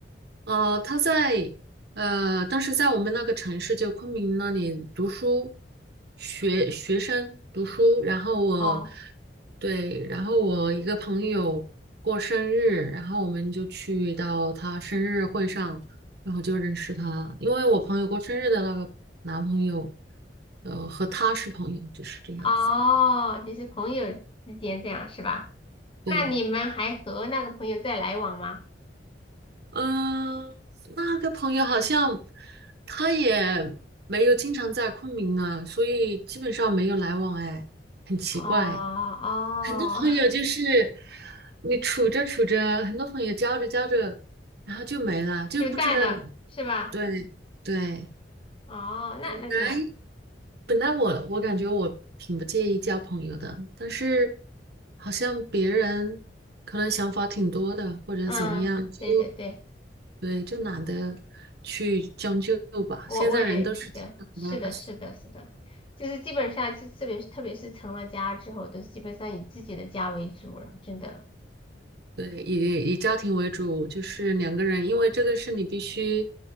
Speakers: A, on the right; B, on the left.
A: 呃，他在呃，当时在我们那个城市，就昆明那里读书，学学生读书。然后我，
B: 哦
A: 对，然后我一个朋友过生日，然后我们就去到他生日会上，然后就认识他。因为我朋友过生日的那个男朋友，呃，和他是朋友，就是这样子。
B: 哦，就是朋友之间这样是吧？那你们还和那个朋友在来往吗？
A: 对，嗯，那个朋友好像他也没有经常在昆明呢，所以基本上没有来往，哎，很奇怪。
B: 哦哦，
A: 很多朋友就是
B: <laughs>
A: 你处着处着，很多朋友交着交着，然后就没了，就不知道哪
B: 就淡了，是吧？
A: 对对
B: 哦，那那挺好。
A: 本来本来我我感觉我挺不介意交朋友的，但是好像别人可能想法挺多的，或者怎么样，
B: 嗯，
A: 就
B: 对对对，
A: 对，就懒得去将就吧。
B: 我我也记得，
A: 现在人都是挺懒的，
B: 是的，是的，是的，就是基本上，就特别特别是成了家之后，都是基本上以自己的家为主了，真的。
A: 对，以以家庭为主，就是两个人，因为这个是你必须